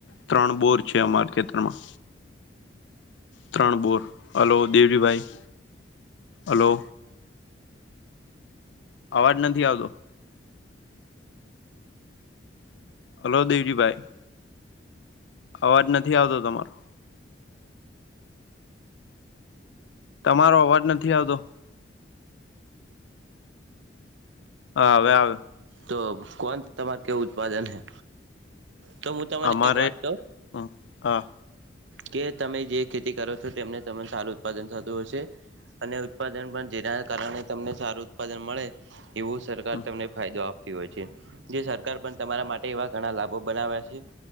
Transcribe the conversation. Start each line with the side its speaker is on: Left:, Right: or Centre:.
Left: ત્રણ બોર છે. અમારા ખેતરમાં ત્રણ બોર હલો દેવજીભાઈ હલો. અવાજ નથી આવતો. હલો દેવજીભાઈ. અવાજ નથી આવતો. તમારો તમારો અવાજ નથી આવતો. હા હવે આવે.
Right: તો કોન તમાર કેવું ઉત્પાદન હૈ તો હું તમને
Left: અમારે
Right: એક વાત કહું
Left: હમ હા
Right: કે તમે જે ખેતી કરો છો. તેમને તમને સારું ઉત્પાદન થતું હશે. અને ઉત્પાદન પણ જેના કારણે તમને સારું ઉત્પાદન મળે. એવું સરકાર
Left: હમ
Right: તમને ફાયદો આપતી હોય છે. જે સરકાર પણ તમારા માટે એવા ઘણા લાભો બનાવ્યા છે.